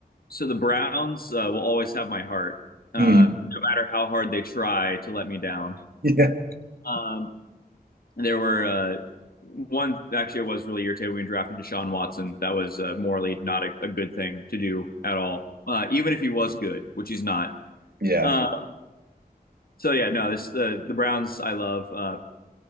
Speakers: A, on the left; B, on the right.
A: so the Browns uh, will always have my heart, um,
B: Mhm.
A: no matter how hard they try to let me down.
B: Yeah.
A: Um, there were uh, one actually I was really irritated when we drafted Deshaun Watson. That was uh, morally not a, a good thing to do at all, uh, even if he was good, which he's not.
B: Yeah.
A: Uh, so yeah, no, this the the Browns I love, uh,